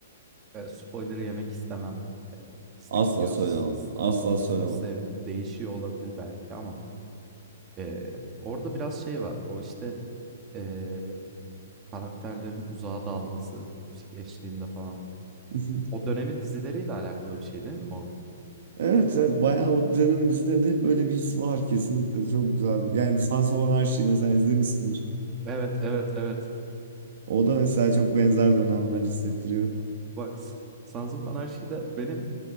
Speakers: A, on the right; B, on the right.
A: Eee, spoiler yemek istemem. Eee, hızlı
B: Asla
A: gidiyor.
B: söylemem.
A: S- s-
B: Asla
A: O kısmını
B: söylemem.
A: sevdim. Değişiyor olabilir belki ama eee Orada biraz şey var. O işte Eee, karakterlerin uzağa dalması, müzik eşliğinde falan.
B: <laughs>
A: O dönemin dizileriyle alakalı bir şey değil mi o?
B: Evet, evet bayağı o dönemin dizilerinde hep öyle bir his var kesinlikle çok güzel. Yani Sons of Anarchy mesela izlemişsindir.
A: Evet, evet, evet.
B: O da mesela çok benzer dönemler hissettiriyor.
A: Bak, S- Sons of Anarchy de benim